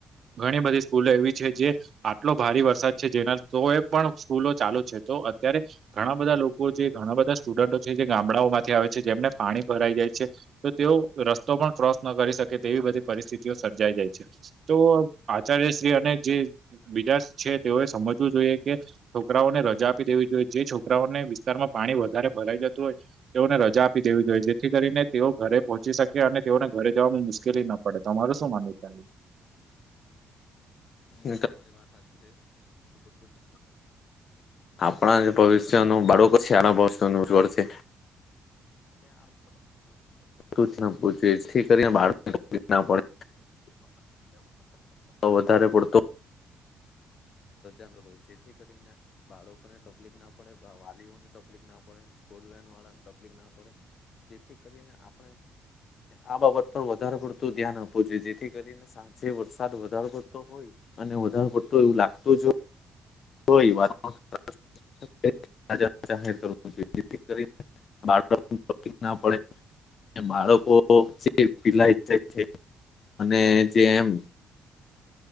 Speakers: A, on the right (about 55°); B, on the left (about 55°).
A: ઘણી બધી સ્કૂલો એવી છે જે આટલો ભારે વરસાદ છે જેના તો એ પણ સ્કૂલો ચાલુ છે તો અત્યારે ઘણા બધા લોકો છે ઘણા બધા સ્ટુડન્ટો છે જે ગામડાઓમાંથી આવે છે જેમને પાણી ભરાઈ જાય છે તો તેઓ રસ્તો પણ ક્રોસ ન કરી શકે તેવી બધી પરિસ્થિતિઓ સર્જાઈ જાય છે તો આચાર્યશ્રી અને જે બીજા છે તેઓએ સમજવું જોઈએ કે છોકરાઓને રજા આપી દેવી જોઈએ. જે છોકરાઓને વિસ્તારમાં પાણી વધારે ભરાઈ જતું હોય તેઓને રજા આપી દેવી જોઈએ જેથી કરીને તેઓ ઘરે પહોંચી શકે અને તેઓને ઘરે જવામાં મુશ્કેલી ન પડે. પડે તો તમારે શું માન છે?
B: <unintelligible> આપણા જે ભવિષ્ય ન બાળકો છે ત્યાનાભવિષ્ય નુ ઉજ્જવળ છે. એ <unintelligible> જેથી કરીને બાળકને તકલીફ ના પડે. વધારે પડતો <unintelligible> સજાંગ હોય જેથી કરીને <unintelligible> લોકોને તકલીફ ના પડે વાલીઓને તકલીફ ના પડે સ્કૂલ વેન વાળા ને તકલીફ ના પડે. જેથી કરીને આપ
A: <inaudible>
B: આ બાબત પર વધારે પડતું ધ્યાન આપવું જોઈએ જેથી કરીને આજે વરસાદ વધારે પડતો હોય અને વધારે પડતો એવું લાગતુ જ હોય કોઈ વાત ન <inaudible> બાળકો જે પીલાય જાય છે અને જેમ